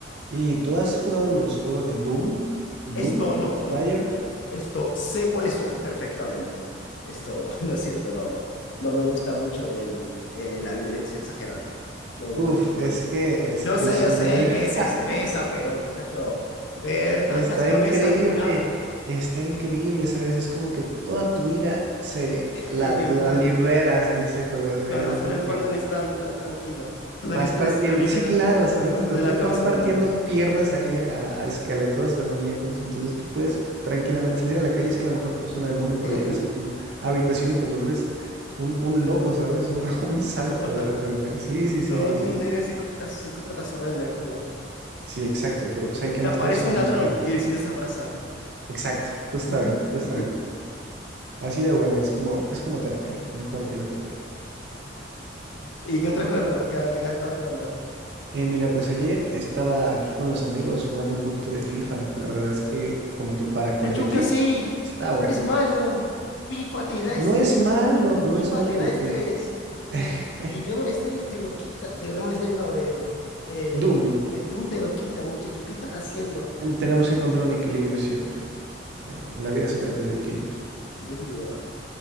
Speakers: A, on the right; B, on the left.
A: ¿Y tú has jugado los juegos de Doom? ¿Doom?
B: Esto no,
A: ¿Slayer?
B: no. Esto sé cuáles son perfectamente. Esto, <laughs> lo siento, no. No me gusta mucho el, eh, la violencia exagerada. No me gusta
A: Uf,
B: mucho el gore.
A: es que, es
B: Yo
A: que
B: sé,
A: yo soy
B: yo sé
A: muy...
B: que
A: <laughs>
B: se estresa, pero muchacho, ver tantas
A: Está
B: cabezas
A: increíble,
B: volar,
A: está increíble, ¿sabes? Es como que toda tu ira se
B: <laughs>
A: la,
B: Dios
A: la
B: mío,
A: liberas en ese juego, ¿sabes?
B: con razón
A: Es como
B: el fandom
A: que
B: es tan, es tan tranquilo. Todo
A: vas
B: el estrés
A: partiendo,
B: lo liberan
A: sí, claro, ¿sabes?
B: partiendo
A: O sea,
B: de
A: todos
B: la cabeza
A: van partiendo
B: demonios.
A: piernas ahí a, a esqueletos demoníacos, entonces tú puedes tranquilamente salir a la calle y ser la mejor persona del mundo,
B: <laughs>
A: pero llegas a tu habitación y te vuelves un, un loco, ¿sabes? Un, <laughs> un sádico
B: Psicópata.
A: de repente. Sí, sí, sí,
B: Todos
A: sí, sí.
B: tus intenciones psicópatas, psicópatas se van en el juego.
A: Sí, exacto, pero pues ahí quemas
B: Te aparece
A: todo ese combustible.
B: un ladrón y decides abrazarlo.
A: Exacto, justamente,
B: <laughs>
A: justamente. Así de bueno, es como, es como terapia, mejor que la terapia.
B: ¿Y qué otro juego? ¿Qué, qué has jugando?
A: Eh, mira, pues ayer estaba aquí con los amigos jugando un poquito de FIFA. La verdad es que como que para
B: Muchacho,
A: competir
B: ¿qué hacéis?
A: está bueno.
B: Es malo. FIFA te da
A: No
B: estrés.
A: es malo, no
B: FIFA
A: es malo
B: te
A: porque
B: da estrés. Y,
A: <laughs>
B: y Demon Slayer te lo quita. De- Demon Slayer no, el, el,
A: Doom,
B: el Doom te lo quita, muchacho. ¿Qué estás haciendo?
A: eh, tenemos que encontrar un equilibrio siempre. Eh, La vida se trata de equilibrio.
B: Dios mío.